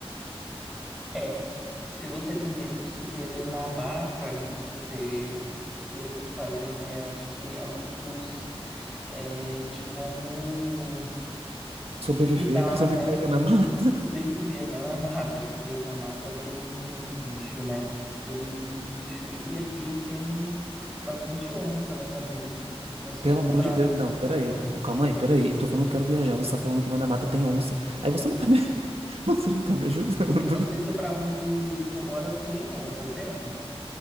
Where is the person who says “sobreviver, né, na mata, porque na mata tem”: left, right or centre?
Centre